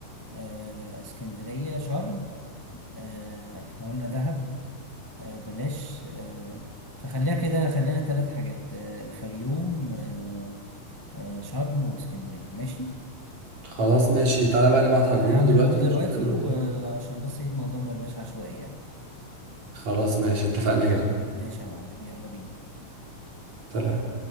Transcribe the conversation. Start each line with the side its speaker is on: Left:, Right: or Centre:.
Left: آه. اسكندرية شرم آه. احنا قلنا دهب آه، بلاش آه، فخليها كده خلينا ثلاث حاجات آه، الفيوم آه، آه، شرم واسكندرية ماشي
Right: خلاص ماشي تعالى بقى نبعت على الجروب
Left: انا هعمل
Right: دلوقتي
Left: بول دلوقتي
Right: ونشوف هيقولوا
Left: وعشان
Right: ايه
Left: بس إيه، الموضوع ما يبقاش عشوائي يعني
Right: خلاص ماشي اتفقنا كده
Left: ماشي يا معلم يلا بينا
Right: سلام